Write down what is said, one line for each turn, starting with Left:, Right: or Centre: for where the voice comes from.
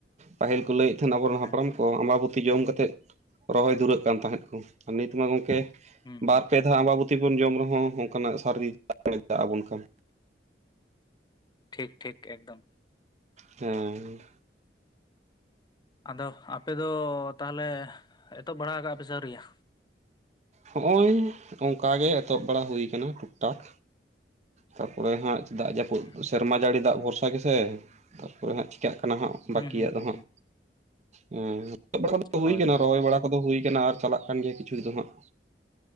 Right: ᱯᱟᱹᱦᱤᱞ ᱠᱚ ᱞᱟᱹᱭᱮᱫ ᱛᱟᱦᱮᱱᱟ ᱟᱵᱚᱨᱮᱱ ᱦᱟᱯᱲᱟᱢ
Left: ᱦᱮᱸ
Right: ᱠᱚ, ᱚ ᱟᱵᱟᱵᱩᱚᱛᱤ ᱡᱚᱢ ᱠᱟᱛᱮ ᱨᱚᱦᱚᱭ ᱫᱷᱩᱨᱟᱹᱜ ᱠᱟᱱ ᱛᱟᱦᱮᱸᱫ ᱠᱚ ᱱᱤᱛᱢᱟ ᱜᱚᱢᱠᱮ
Left: ᱦᱩᱸ ᱦᱩᱸ
Right: ᱵᱟᱨ ᱯᱮ ᱟᱵᱟᱵᱩᱚᱛᱤ ᱵᱚᱱ ᱡᱚᱢ ᱨᱮᱦᱚᱸ ᱚᱱᱠᱟᱱᱟᱜ ᱟᱜ ᱥᱟᱨᱫᱤ <inaudible> ᱫᱟᱜ ᱟᱵᱚᱱ ᱠᱟᱱ,
Left: ᱴᱷᱤᱠ ᱴᱷᱤᱠ ᱮᱠᱫᱚᱢ᱾
Right: ᱦᱮᱸ,
Left: ᱟᱫᱚ ᱟᱯᱮ ᱫᱚ ᱛᱟᱦᱚᱞᱮ ᱮᱛᱚᱦᱚᱵ ᱵᱟᱲᱟ ᱠᱟᱜ ᱯᱮ ᱥᱮ ᱟ. ᱣᱨᱤᱭᱟ?
Right: ᱦᱚᱜ-ᱚᱭ ᱚᱱᱠᱟ ᱜᱮ ᱮᱛᱚᱦᱚᱵ ᱵᱟᱲᱟ ᱦᱩᱭ ᱟᱠᱟᱱᱟ ᱴᱩᱠ ᱴᱟᱠ, ᱛᱟᱨᱯᱚᱨᱮ ᱦᱟᱸᱜ ᱫᱟᱜ ᱡᱟᱹᱯᱩᱫ
Left: ᱟᱪᱪᱷᱟ
Right: ᱥᱮᱨᱢᱟ
Left: ᱟᱪᱪᱷᱟ
Right: ᱡᱟᱹᱲᱤ ᱫᱟᱜ ᱵᱷᱚᱨᱥᱟ ᱜᱮᱥᱮ ᱛᱟᱨᱯᱚᱨᱮ ᱦᱟᱸᱜ ᱪᱮᱤᱠᱟᱹᱜ ᱠᱟᱱᱟ ᱦᱟᱸᱜ᱾
Left: ᱦᱩᱸ
Right: ᱵᱟᱹᱠᱤᱭᱟᱜ
Left: ᱦᱩᱸ
Right: ᱫᱚ
Left: ᱦᱩᱸ
Right: ᱦᱟᱸᱜ
Left: ᱦᱩᱸ
Right: ᱦᱮᱸ <inaudible> ᱫᱚ
Left: ᱦᱳᱭ
Right: ᱦᱩᱭ ᱠᱟᱱᱟ
Left: ᱦᱳᱭ
Right: ᱨᱚᱦᱚᱭ ᱵᱟᱲᱟ? ᱠᱚᱫᱚ ᱦᱩᱭ ᱟᱠᱟᱱᱟ ᱟᱨ ᱪᱟᱞᱟᱜ ᱠᱟᱱ ᱜᱮᱭᱟ ᱠᱤᱪᱷᱩ ᱫᱚ ᱦᱟᱸᱜ᱾